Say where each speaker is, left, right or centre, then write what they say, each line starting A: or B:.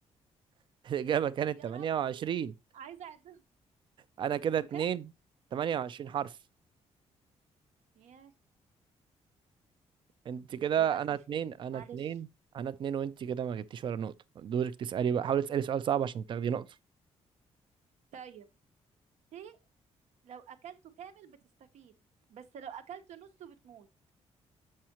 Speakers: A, on the right (about 45°); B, on the right (about 80°).
A: <laughs> الإجابة كانت
B: يا
A: تمانية
B: ربي
A: وعشرين
B: عايزة اعدهم
A: أنا كده
B: كانوا
A: اتنين
B: كام
A: تمانية وعشرين حرف
B: يا
A: أنت كده
B: للأسف
A: أنا اتنين أنا
B: معلش
A: اتنين أنا اتنين وأنت كده ما جبتيش ولا نقطة دورك تسألي بقى حاولي تسألي سؤال صعب عشان تاخدي نقطة
B: طيب ليه لو أكلته كامل بتستفيد بس لو أكلته نصه بتموت